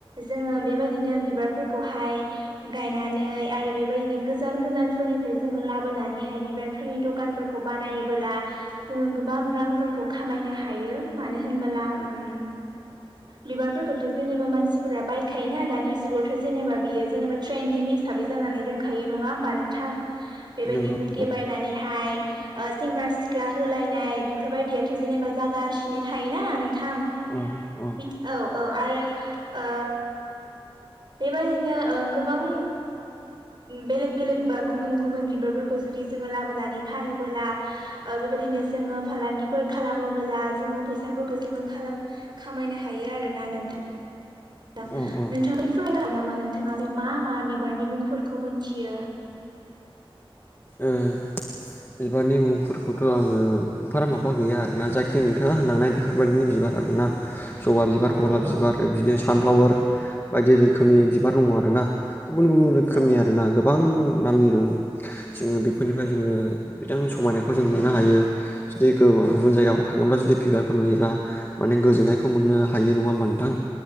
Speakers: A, on the right; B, on the left.
A: जोङो बेबायदिनो बिबारफोर खौहाय गायनानै आरो बेबायदिनो गोजान गोजानफोरनि ओमफ्राय जोङो लाबोनानैहाय बिबारफोरनि दखानफोरखौ बानायोबोला जोङो गोबां रांफोरखौ खामायनो हायो मानो होनबोला उम बिबारफोरखौथ' जेनेबा मानसिफोरा बायखायोना दानि जुगावथ' जेनेबा बियो जेनेबा ट्रेन्दिं हि साबै जानानै दोनखायो नङा होमबा नोंथां बेबायदि
B: नोंथां
A: बुके बायनानैहाय ओ सेंग्रा सिख्ला होलायनाय बेफोरबायदियाथ' जेनेबा जागासिनो थायोना नोंथां
B: औ औ
A: थिग औ औ आरो ओ बेबायदिनो ओ गोबां बेलेग बेलेग बा गुबुन गुबुन बिबारफोरखौ जुदि जोङो लाबोनानै फानोबोला ओ बेबायदिनो जोङो फालांगिफोर खालामोबोला जोङो फैसाफोरखौ जोङो खालाम खामायनो हायो आरोना नोंथां नोंथां
B: औ औ
A: नोंथाङालाय फरायनो हागोन नामा नोंथाङालाय मा मा बिबारनि मुंफोरखौ मोनथियो
B: ओ बिबारनि मुंफोरखौथ' आङो फारा माबा गैया आरोना जायखि नोंथाङा होनलांनाय बेफोरबायदिनि बिबार आरोना जबा बिबार
A: औ
B: गलाब
A: औ
B: बिबारदिनो सानफ्लावार बायदि रोखोमनि बिबार दङ आरो ना गुबुन गुबुन रोखोमनि
A: औ
B: आरो ना गोबां नामनि दङ जोङो बेफोरनिफ्राय जोङो गोजां समायनायखौ जों मोननो हायो जुदिुन गुबुन जायगाफ्राव थाङोब्ला जुदि बिबारफोर नुयोब्ला माने गोजोननायखौ मोननो हायो नङा मोनदां